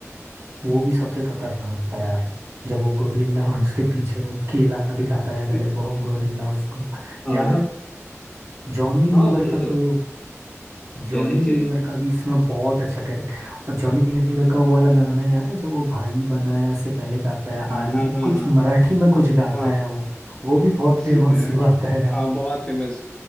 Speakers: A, on the right; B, on the left.
A: वो भी सबसे खतरनाक था यार जब वो गोरिल्ला उसके पीछे वो केला दिखाता है पहले
B: <laughs>
A: वो गोरिल्ला उसको
B: हाँ
A: याद है जॉनी लीवर
B: हाँ वही
A: का
B: तो
A: तो
B: क्या
A: जॉनी
B: है क्या
A: लीवर
B: है
A: का भी इसमें बहुत अच्छा कैरेक्टर और जॉनी लीवर का वो वाला गाना याद है जब वो भाई बनाया से पहले गाता है
B: हाँ
A: आलि
B: हाँ
A: कुछ
B: हाँ
A: मराठी में कुछ गाता
B: हाँ
A: है वो वो भी बहुत
B: सी
A: फेमस
B: अ,
A: हुआ था यार
B: हाँ बहुत फेमस